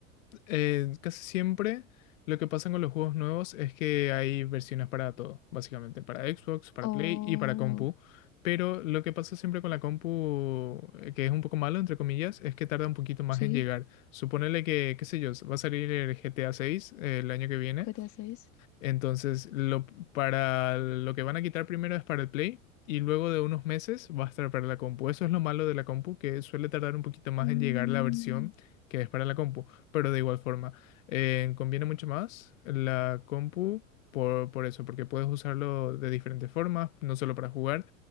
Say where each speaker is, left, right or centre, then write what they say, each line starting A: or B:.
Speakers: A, on the left; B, on the left.
A: eh, casi siempre lo que pasa con los juegos nuevos es que hay versiones para todo, básicamente, para Xbox, para
B: Oh,
A: Play y para compu. Pero lo que pasa siempre con la compu, eh, que es un poco malo, entre comillas, es que tarda un poquito más
B: sí,
A: en llegar. Suponele que, qué sé yo, va a salir el GTA 6 el año que viene.
B: GTA 6.
A: Entonces, lo, para lo que van a quitar primero es para el Play y luego de unos meses va a estar para la compu. Eso es lo malo de la compu, que suele tardar un poquito más
B: Mm,
A: en llegar la versión que es para la compu, pero de igual forma, eh, conviene mucho más la compu por, por eso, porque puedes usarlo de diferentes formas, no solo para jugar,